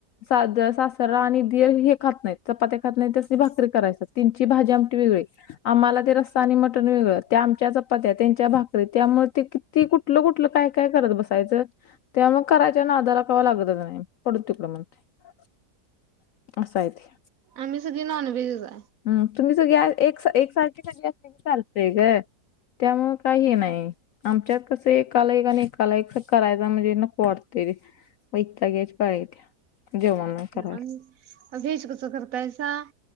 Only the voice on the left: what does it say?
साद सास रा आणि दीर हे खात नाहीत चपात्या खात नाहीत त्यासनी भाकरी करायच त्यांची भाजी आमटी वेगळी. आम्हाला ते रस्सा आणि मटण वेगळं त्या आमच्या चपात्या त्यांच्या भाकरी त्यामुळे ते ती कुठलं कुठलं काय काय करत बसायचं त्यामुळं मग करायच्या नादाला कवा लागतच नाही. नाही पडुदे तिकडं म्हणतोय असं आहे ते.
हम तुम्ही सगळे एक एक सारख सगळी असली चालतेय ग. त्यामुळे हे काही नाही. आमच्यात कसं एकाला एक आणि एकाला एक करायच म्हणजे नको वाटते. वैताग यायची पाळी येत्या जेवणाना करायला.